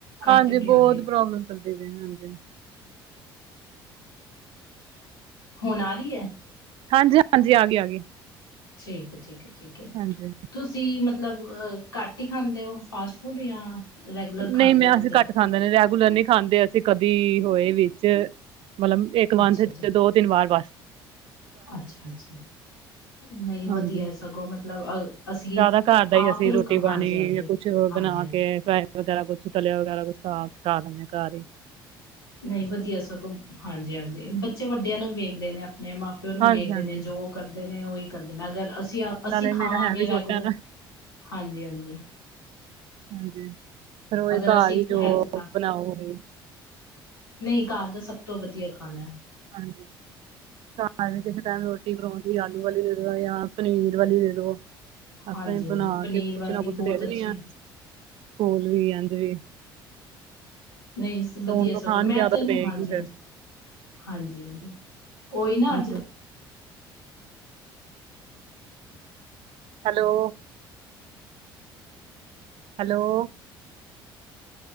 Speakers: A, on the left (about 80°); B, on the right (about 50°).
A: ਘੱਟ
B: ਹਾਂਜੀ,
A: ਗਈ
B: ਬਹੁਤ
A: ਹੋਣੀ
B: ਪ੍ਰੋਬਲਮ ਚੱਲਦੀ ਪਈ ਹਾਂਜੀ ਹਾਂਜੀ
A: ਹੁਣ ਆ ਰਈ ਐ?
B: ਹਾਂਜੀ ਹਾਂਜੀ ਆ ਗਈ ਆ ਗਈ।
A: ਠੀਕ ਹੈ ਠੀਕ ਹੈ ਠੀਕ ਹੈ।
B: ਹਾਂਜੀ
A: ਤੁਸੀਂ ਮਤਲਬ ਘੱਟ ਹੀ ਖਾਂਦੇ ਹੋ ਫਾਸਟ ਫੂਡ ਜਾਂ ਰੈਗੂਲਰ ਖਾਂਦੇ
B: ਨਈ, ਮੈਂ
A: ਰਹਿੰਦੇ
B: ਅਸੀਂ ਘੱਟ
A: ਹੋ?
B: ਖਾਂਦੇ ਨੇ, ਰੈਗੂਲਰ ਨੀ ਖਾਂਦੇ ਅਸੀਂ ਕਦੀ ਹੋਏ ਵਿੱਚ ਮਤਲਬ ਇ ਇਕ ਮੰਥ
A: ਅੱਛਾ,
B: 'ਚ
A: ਅੱਛਾ,
B: ਦੋ ਤਿੰਨ ਵਾਰ ਬੱਸ।
A: ਅੱਛਾ ਅੱਛਾ, ਨਹੀ ਵਧੀਆ
B: ਹਾਂਜੀ
A: ਸਗੋਂ ਮਤਲਬ ਅ ਅਸੀਂ
B: ਜ਼ਿਆਦਾ ਘਰ ਦਾ ਹੀ
A: ਆਪ
B: ਅਸੀਂ
A: ਰੁਕ
B: ਰੋਟੀ ਪਾਣੀ,
A: ਹਾਂਜੀ, ਹਾਂਜੀ,
B: ਜਾਂ ਕੁਛ
A: ਹਾਂਜੀ,
B: ਬਣਾ
A: ਹਾਂਜੀ
B: ਕੇ ਫ ਰਾਏ ਵਗੈਰਾ ਕੁਛ ਤਲਿਆ ਵਗੈਰਾ, ਕੁੱਛ ਖਾ-ਖਾ ਲੈਂਦੇੇ ਘਰ ਐ।
A: ਨਈ ਵਧੀਆ ਸਗੋਂ, ਹਾਂਜੀ ਹਾਂਜੀ, ਬੱਚੇ ਵੱਡਿਆਂ ਨੂੰ ਵੀ ਵੇਖਦੇ ਨੇ, ਆਪਣੇ ਮਾਂ ਪਿਓ ਨੂੰ
B: ਹਾਂਜੀ
A: ਵੀ ਵੇਖਦੇ
B: ਹਾਂਜੀ
A: ਨੇ, ਜੋ ਕਰਦੇ ਨੇ ਉਹੀ ਕਰਦੇ ਨੇ ਅਗਰ ਅਸੀਂ, ਅਸੀਂ
B: ਨਾਲੇ
A: ਖਾਵਾਂਗੇ
B: ਮੇਰਾ ਹੈ ਵੀ
A: ਰੈਗੂਲਰ,
B: ਛੋਟਾ ਨਾ
A: ਹਾਂਜੀ ਹਾਂਜੀ।
B: ਹਾਂਜੀ, ਫਿਰ ਉਹ
A: ਅਗਰ
B: ਘਰ
A: ਅਸੀਂ
B: ਹੀ ਜੋ
A: ਹੈਲਦੀ
B: ਬਣਾਓਗੇ ਉਹ ਹੀ
A: ਨਈ, ਘਰ ਦਾ ਸਭ ਤੋਂ ਵਧੀਆ ਖਾਣਾ ਐ।
B: ਹਾਂਜੀ। ਘਰ ਕਿਸੇ ਟਾਈਮ ਰੋਟੀ, ਪਰੌਂਠੀ ਦੀ ਆਲੂ ਵਾਲੀ ਦੇ ਦੋ ਜਾਂ ਪਨੀਰ ਵਾਲੀ ਦੇ ਦੋ। ਅਸੀ
A: ਹਾਂਜੀ-ਹਾਂਜੀ
B: ਬਣਾ
A: ਪਨੀਰ
B: ਕੇ ਕੁਛ
A: ਵਾਲੀ
B: ਨਾ ਕੁਛ
A: ਬਹੁਤ
B: ਦੇ ਦੇਣੀ
A: ਅੱਛੀ
B: ਆ,
A: ਹੈ
B: ਸਕੂਲ ਵੀ ਆਜ ਵੀ
A: ਨਈ
B: ਤੇ
A: ਵਧੀਆ
B: ਹੁਣ ਤੋਂ
A: ਸਗੋਂ,
B: ਖਾਣ
A: ਮੈਂ
B: ਕੀ ਆਦਤ
A: ਤੇ ਇਹਨੂੰ,
B: ਪਏਗੀ
A: ਹਾਂਜੀ
B: ਫਿਰ
A: ਹਾਂਜੀ। ਹਾਂਜੀ ਹਾਂਜੀ, ਉਹੀ ਨਾ
B: ਹਾਂਜੀ
A: ਅੱਜ ਕੱ
B: ਹੈਲੋ। ਹੈਲੋ?